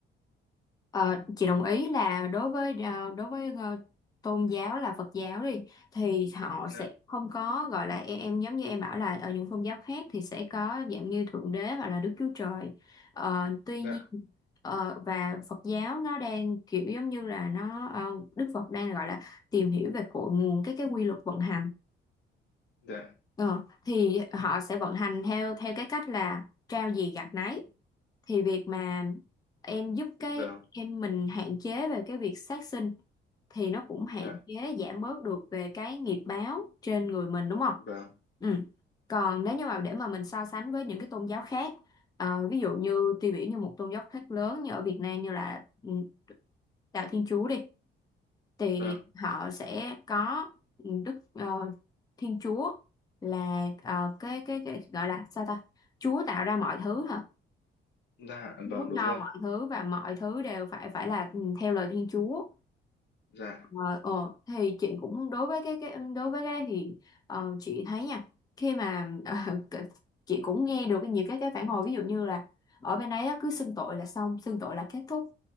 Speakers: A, on the left (about 20°); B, on the left (about 60°).
A: ờ, chị đồng ý là đối với ờ, đối với ờ, tôn giáo là Phật giáo đi thì họ
B: dạ
A: sẽ không có gọi là em, em giống như em bảo là ở những tôn giáo khác thì sẽ có dạng như Thượng Đế hoặc là Đức Chúa Trời Ờ, tuy
B: dạ
A: nhiên ờ, và Phật giáo nó đang kiểu giống như là nó ờ, Đức Phật đang gọi là tìm hiểu về cội nguồn cái cái quy luật vận hành
B: dạ
A: Ờ, thì họ sẽ vận hành theo theo cái cách là trao gì gặt nấy thì việc mà em giúp cái
B: vâng
A: em mình hạn chế về cái việc sát sinh thì nó cũng hạn
B: dạ
A: chế giảm bớt được về cái nghiệp báo trên người mình đúng không?
B: vâng
A: Ừ. Còn nếu như mà để mà mình so sánh với những cái tôn giáo khác ờ, ví dụ như tiêu biểu như một tôn giáo khác lớn như ở Việt Nam như là ừ, đạo Thiên Chúa đi thì
B: vâng
A: họ sẽ có ừ, Đức ờ, Thiên Chúa là ờ, cái, cái cái gọi là sao ta Chúa tạo ra mọi thứ hả
B: dạ
A: Chúa
B: vâng đúng
A: cho
B: rồi
A: mọi thứ và mọi thứ đều phải phải là ừ, theo lời Thiên Chúa.
B: dạ
A: Ờ, ờ, thì chị cũng đối với cái cái đối với cái đấy thì ờ, chị thấy nha khi mà ờ, <laughs> cái- chị cũng nghe được nhiều cái cái phản hồi ví dụ như là ở bên đấy á, cứ xưng tội là xong xưng tội là kết thúc